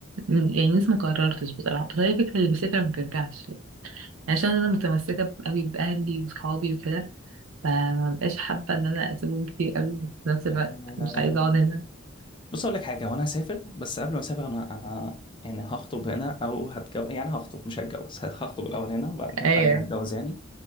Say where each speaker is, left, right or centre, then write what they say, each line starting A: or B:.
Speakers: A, on the right; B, on the left.
A: م- يعني لسه ما قررتش بصراحه بس هي فكره اللي بيسافر ما بترجعش عشان انا متمسكه قوي باهلي وصحابي وكده فما بقاش حابه ان انا اسيبهم كتير قوي بس في نفس الوقت
B: آه
A: مش عايزه اقعد هنا
B: بص اقول لك حاجه وانا هسافر بس قبل ما اسافر انا انا يعني هخطب هنا او هتجوز يعني هخطب مش هتجوز هخطب الاول هنا وبعد كده
A: ايوه
B: ابقى ارجع اتجوز يعني